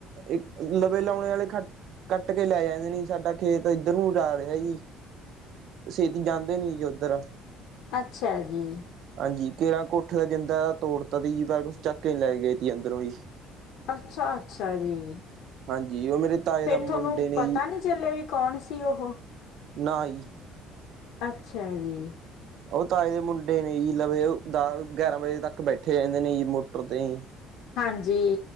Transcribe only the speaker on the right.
ਇੱਕ ਲਵੇ ਲਾਉਣੇ ਵਾਲੇ ਖ ਕੱਟ ਕੇ ਲੈ ਜਾ ਨ ਸਾਡਾ ਖੇਤ ਇੱਧਰ ਨੂੰ ਜਾ ਰਿਹਾ ਜੀ। ਛੇਤੀ ਜਾਂਦੇ ਨੀ ਜੀ ਉੱਧਰ
ਹਾਂਜੀ ਕਿਰਾਂ ਕੋਠੇ ਦਾ ਜਿੰਦਾ ਤੋੜਤਾ ਤੀ ਜੀ ਕੁਛ ਚੱਕ ਕੇ ਨੀ ਲੈ ਕੇ ਗਏ ਤੀ ਅੰਦਰੋਂ ਹੀ
ਹਾਂਜੀ ਉਹ ਮੇਰੇ ਤਾਏ
ਦਾ ਮੁੰਡੇ
ਨੇ
ਜੀ
ਨਾ ਜੀ
ਉਹ ਤਾਏ ਦੇ ਮੁੰਡੇ ਨੇ ਜੀ ਲਵੇ ਦਸ ਗਿਆਰਾਂ ਵਜੇ ਤੱਕ ਬੈਠੇ ਰਹਿੰਦੇ ਨੇ ਜੀ ਮੋਟਰ ਤੇ ਹੀ